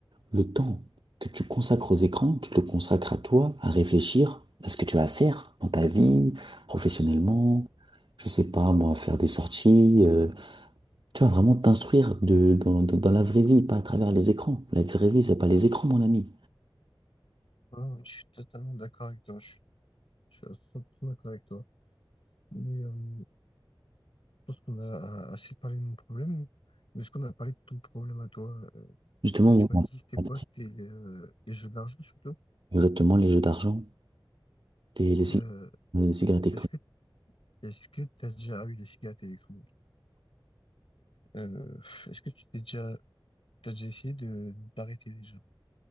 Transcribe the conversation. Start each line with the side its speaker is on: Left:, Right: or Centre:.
Right: le temps que tu consacres aux écrans, tu te le consacres à toi, à réfléchir à ce que tu vas faire dans ta vie, professionnellement, je sais pas, moi, faire des sorties, euh, Tu vas vraiment t'instruire de, dans, dans- dans la vraie vie, pas à travers les écrans. La vraie vie, c'est pas les écrans, mon ami.
Left: ouais, ouais, je suis totalement d'accord avec toi, je, suis je suis à 100% d'accord avec toi. Mais, euh, pense qu'on a assez parlé de mon problème, mais est-ce qu'on a parlé de ton problème à toi? Euh,
Right: Justement,
Left: toi, tu
Right: oui,
Left: m'as
Right: on
Left: dit,
Right: a-
Left: c'était
Right: on
Left: quoi? C'était euh, les jeux d'argent surtout.
Right: exactement les jeux d'argent, les, les, cig-
Left: Euh,
Right: les cigarettes électroniques.
Left: est-ce que est-ce que t'as déjà eu des cigarettes électroniques? Euh, est-ce que tu t'es déjà t'as déjà essayé de d'arrêter déjà?